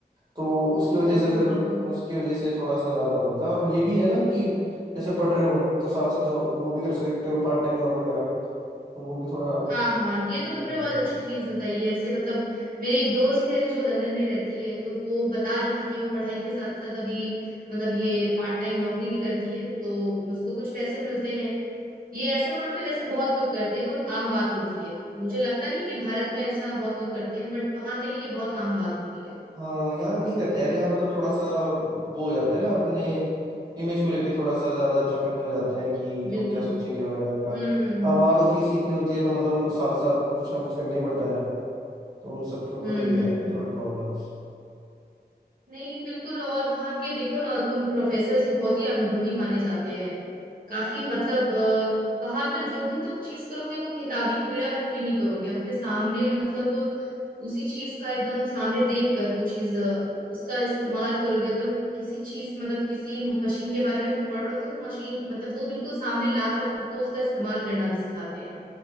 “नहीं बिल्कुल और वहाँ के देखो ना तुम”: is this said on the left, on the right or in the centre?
Right